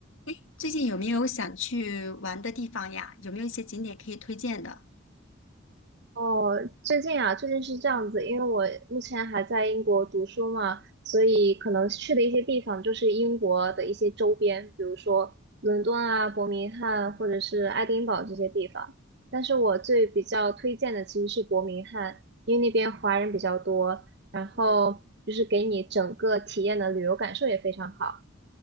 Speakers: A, on the left; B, on the right.
A: 诶，最近有没有想去玩的地方呀？有没有一些景点可以推荐的
B: 哦，最近啊，最近是这样子，因为我目前还在英国读书嘛，所以可能去的一些地方就是英国的一些周边，比如说伦敦啊、伯明翰或者是爱丁堡这些地方。但是我最比较推荐的其实是伯明翰，因为那边华人比较多，然后就是给你整个体验的旅游感受也非常好。